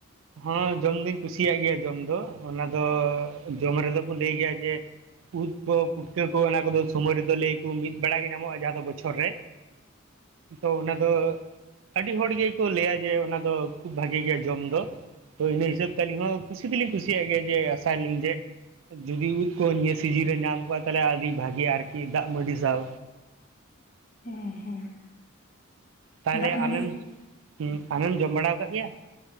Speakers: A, on the right; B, on the left.
A: ᱦᱚᱸ ᱡᱚᱢ ᱫᱩᱧ ᱠᱩᱥᱤᱭᱟᱜ ᱜᱮᱭᱟ ᱡᱚᱢ ᱫᱚ ᱚᱱᱟ ᱫᱚ ᱡᱚᱢ ᱨᱮᱫᱚ ᱠᱚ ᱞᱟᱹᱭ ᱜᱮᱭᱟ ᱡᱮ ᱩᱫ ᱠᱚ ᱯᱩᱴᱠᱟᱹ ᱠᱚ ᱚᱱᱟ ᱠᱚᱫᱚ ᱥᱚᱢᱚᱭ ᱨᱮᱫᱚ ᱞᱟᱹᱭᱟᱠᱚ ᱢᱤᱫ ᱵᱮᱲᱟ ᱜᱮ ᱧᱟᱢᱚᱜ-ᱟ ᱡᱟᱦᱟᱸ ᱫᱚ ᱵᱚᱪᱷᱚᱨ ᱨᱮ᱾ ᱛᱚ ᱚᱱᱟ ᱫᱚ, ᱟᱹᱰᱤ ᱦᱚᱲ ᱜᱮᱠᱚ ᱞᱟᱹᱭᱟ ᱡᱮ ᱚᱱᱟ ᱫᱚ ᱠᱷᱩᱵ ᱵᱷᱟᱜᱮ ᱜᱮᱭᱟ ᱡᱚᱢ ᱫᱚ᱾ ᱛᱚ ᱤᱱᱟᱹ ᱦᱤᱥᱟᱹᱵ ᱛᱮ ᱟᱹᱞᱤᱧ ᱦᱚᱸ ᱠᱩᱥᱤ ᱫᱚᱞᱤᱧ ᱠᱩᱥᱤᱭᱟᱜ ᱜᱮᱭᱟ ᱡᱮ ᱟᱥᱟᱭᱞᱤᱧ ᱡᱮ ᱡᱩᱫᱤ ᱩᱫ ᱠᱚ ᱱᱤᱭᱟᱹ ᱥᱤᱡᱤᱱ ᱨᱮ ᱧᱟᱢ ᱠᱚᱣᱟ ᱛᱟᱦᱚᱞᱮ ᱟᱹᱰᱤ ᱵᱷᱟᱜᱤ ᱟᱨᱠᱤ ᱫᱟᱜ ᱢᱟᱹᱰᱤ ᱥᱟᱶ᱾
B: ᱦᱮᱸ ᱦᱮᱸ,
A: ᱛᱟᱦᱚᱞᱮ
B: ᱫᱟᱜ ᱢᱟᱹᱰᱤ
A: ᱟᱢᱮᱢ ᱟᱢᱮᱢ ᱡᱚᱢ ᱵᱟᱲᱟ ᱟᱠᱟᱫ ᱜᱮᱭᱟ?